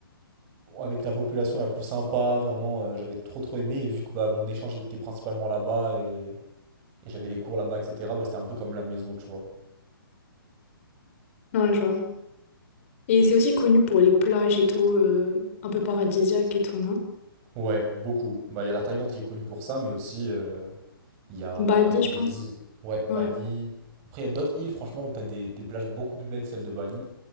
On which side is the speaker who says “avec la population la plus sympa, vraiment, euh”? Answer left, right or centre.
Right